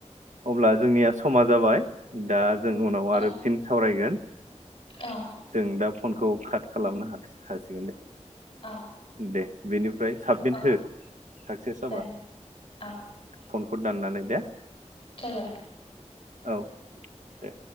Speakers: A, on the right (about 85°); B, on the left (about 45°).
A: अब्ला जोंनिया समा जाबाय दा जों उनाव
B: औ
A: आरो फिन सावरायगोन।
B: औ।
A: जों दा फनखौ काट खालामनो हा हासिगोन दे।
B: औ
A: दे बेनिफ्राय साबमिट
B: औ
A: हो साक्सेस जाबा।
B: जागोन औ
A: फनखौ दाननानै दे।
B: जाबाय।
A: औ दे।